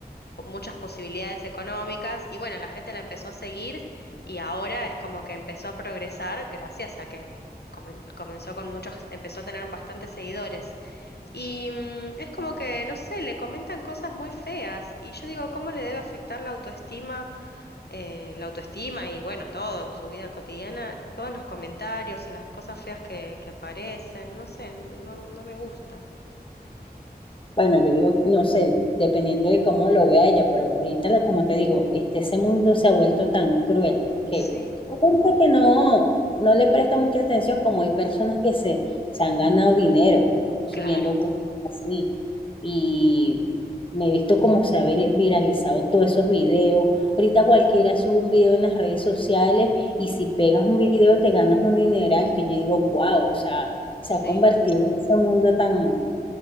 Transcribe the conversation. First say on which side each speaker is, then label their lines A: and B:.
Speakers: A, on the left; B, on the left.
A: po- muchas posibilidades económicas y bueno, la gente la empezó a seguir y ahora es como que empezó a progresar gracias a que comen- comenzó con muchos, empezó a tener bastantes seguidores. Y mm, es como que, no sé, le comentan cosas muy feas y yo digo, ¿cómo le debe afectar la autoestima, eh, la autoestima y bueno, todo en su vida cotidiana, todos los comentarios y las cosas feas que, que aparecen, no sé, no, no me gusta.
B: Bueno, yo digo, no sé, dependiendo de cómo lo vea ella, pero ahorita, la, como te digo, este, ese mundo se ha vuelto tan cruel que
A: Sí,
B: hay gente que no, no le presta mucha atención, como hay personas que se, se han ganado dinero subiendo
A: claro,
B: cosas así. Y me he visto cómo se ha vir- viralizado todos esos videos. Ahorita cualquiera sube un video en las redes sociales y si pegas un video te ganas un dineral que yo digo, wow, o sea, se
A: sí.
B: ha convertido en ese mundo tan